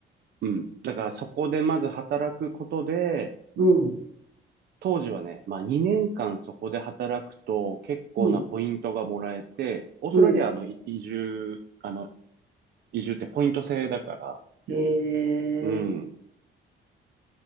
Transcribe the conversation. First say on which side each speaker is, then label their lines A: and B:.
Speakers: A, on the right; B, on the right.
A: うん。だからそこでまず働くことで、
B: うん、
A: 当時はね、まあ2年間そこで働くと結構なポイントがもらえて、
B: うん、
A: オーストラリアのい移住、
B: うん、
A: あの、移住ってポイント制だから、
B: へ
A: うん。
B: え。